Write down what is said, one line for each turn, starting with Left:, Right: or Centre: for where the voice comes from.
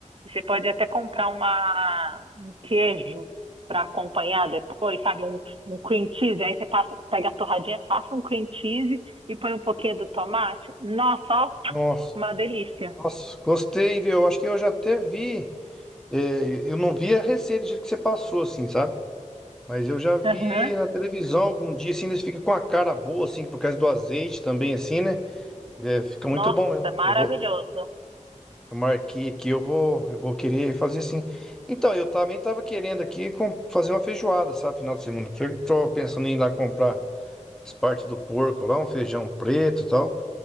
Right: você pode até comprar uma, um queijo para acompanhar depois, sabe? Um, um cream cheese. Aí você passa, pega a torradinha, passa um cream cheese e põe um pouquinho do tomate. Nossa, ó,
Centre: nossa,
Right: uma delícia.
Centre: nossa, gostei, viu? Eu acho que eu já até vi, é, eu não vi a receita do jeito que você passou, assim, sabe? Mas eu já vi
Right: Aham.
Centre: na televisão algum dia, assim, eles ficam com a cara boa, assim, por causa do azeite também, assim, né? É, fica muito
Right: Nossa,
Centre: bom mesmo.
Right: maravilhoso.
Centre: Eu vou, Eu marquei aqui, eu vou, eu vou querer fazer sim. Então, eu também tava querendo aqui com- fazer uma feijoada, sabe, final de semana. Que eu tô pensando em ir lá comprar as partes do porco lá, um feijão preto e tal,